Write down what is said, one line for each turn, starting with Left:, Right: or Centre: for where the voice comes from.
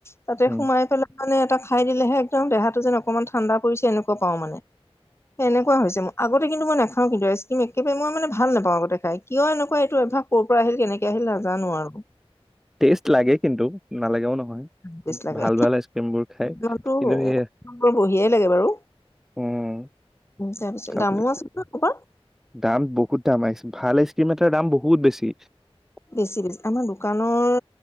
Left: তাতে
Centre: উম
Left: সোমাই পেলাই, মানে এটা খাই দিলেহে একদম দেহাতটো যেন অকনমান ঠাণ্ডা পৰিছে, এনেকুৱা পাওঁ মানে এনেকুৱা হৈছে মোৰ আগতে কিন্তু মই নাখাও কিন্তু আইচক্ৰীম একেবাৰে মই মানে ভাল নাপাওঁ, আগতে খাই কিয় এনেকুৱা এইটো অভ্যাস ক' পৰা আহিল কেনেকে আহিল। জানো আৰু
Centre: টেষ্ট লাগে কিন্তু নালাগেও নহয়
Left: বেচ লাগে
Centre: ভাল, ভাল আইচক্ৰীমবোৰ খায়
Left: ইমানতো
Centre: কিন্তু সেই
Left: বঢ়িয়াই লাগে বাৰু
Centre: উ'ম-
Left: তাৰপিছত
Centre: খাবলে
Left: দামো আছে নহয় ক'ৰবাত
Centre: দাম বহুত দাম আহিছিল। ভাল আইচক্ৰীম এটাৰ দাম বহুত বেছি। <unintelligible>
Left: বেছি বেছি আমাৰ দোকানৰ